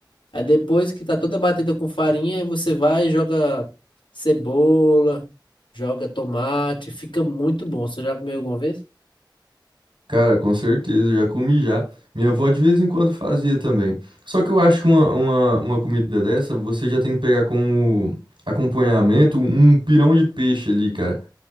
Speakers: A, on the left (about 90°); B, on the right (about 80°).
A: Aí depois que tá toda batida com farinha, aí você vai e joga cebola, joga tomate, fica muito bom. Você já comeu alguma vez?
B: cara, com certeza, já comi já. Minha avó de vez em quando fazia também. Só que eu acho que uma, uma, uma comida dessa, você já tem que pegar como acompanhamento um pirão de peixe ali, cara.